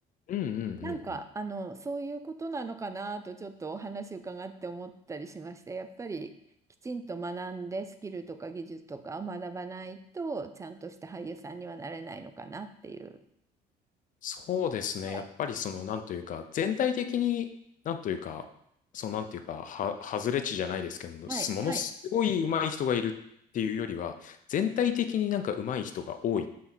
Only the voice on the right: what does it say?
なんか、あの、そういうことなのかなとちょっとお話伺って思ったりしまして、やっぱりきちんと学んでスキルとか技術とかを学ばないと、ちゃんとした俳優さんにはなれないのかなっていう。
はい。
はい、
はい、